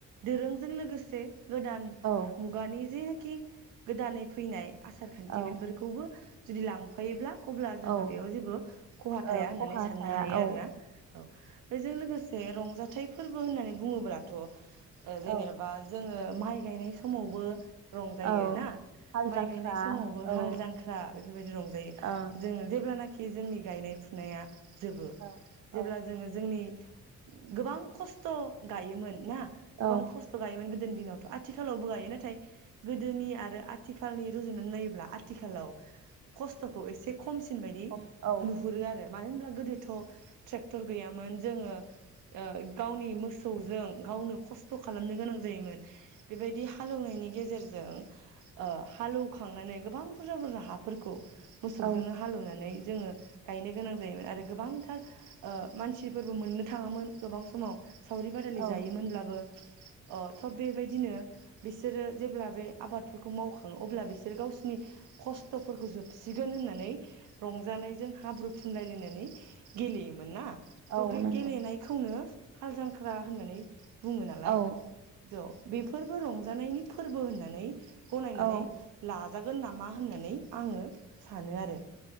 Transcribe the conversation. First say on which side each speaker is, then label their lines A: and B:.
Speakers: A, on the right; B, on the right.
A: दोरोंजों लोगोसे गोदान
B: औ
A: मुगानि जे खि गोदानै फैनाय आसार खान्थि
B: औ
A: बेफोरखौबो जुदि लां फायोब्ला अब्ला जोंहा
B: औ
A: बेयाव जेबो खहा थाया
B: ओ
A: होननानै
B: खहा
A: साननो
B: थाया
A: हायो
B: औ
A: आरोना। औ बेजों लोगोसे रंजाथाइ फोरबो होननानै बुङोब्लाथ ' ओ जेनेबा
B: औ
A: जों ओ माइ गायनाय समावबो रंजायो
B: औ
A: ना
B: हाल
A: माइ
B: जांख्रा
A: गायनाय समावबो
B: औ ओ
A: हाल जांख्रा बेफोरबायदि रंजायो
B: औ
A: जों जेब्लानाखि खि जोंनि गायनाय फुनाया जोबो।
B: औ
A: जेब्ला
B: औ
A: जोङो जोंनि गोबां खस्थ गायोमोन ना गोबां
B: औ
A: खस्थ गायोमोन गोदोनि दिनावथ आथिखालावबो गायो नाथाय गोदोनि आरो आथि आखालनि रुजुनानै नायोब्ला आथिखालाव खस्थखौ एसे खमसिन बायदि
B: औ औ ओ
A: नुहुरो आरो मानो होनब्ला गोदोथ ट्रेकटर गैयामोन। मोन जोङो ओ। गावनि मोसौजों गावनो खस्थ खालामनो गोनां जायोमोन बेबायदि हालेवनायनि गेजेरजों ओ हालौ खांनानै गोबां बुरजा बुरजा हाफोरखौ मोसौजोंनो
B: औ
A: हालौवनानै जोङो गायनो गोनां जायोमोन आरो गोबांथार ओ मानसिफोरबो मोननो थाङामोन गोबां समाव सावरि बादालि
B: औ
A: जायो मोनब्लाबो ओ थ बेबायदिनो बिसोरो जेब्ला बे आबादफोरखौ मावखाङो अब्ला बिसोर गावसिनि खस्थफोरखौ जोबसिगोन होननानै रंजानायजों हाब्रु फुनलाय लायनानै गेलेयो। मोन ना
B: औ
A: थ बे
B: नंगौ
A: गेलेनायखौनो हाल जांख्रा होननानै बुङो नालाय
B: औ
A: द बे बेफोरबो रंजानायनि फोरबो होननानै गनायनानै
B: औ
A: ला नाजागोन नामा होननानै आङो सानो आरो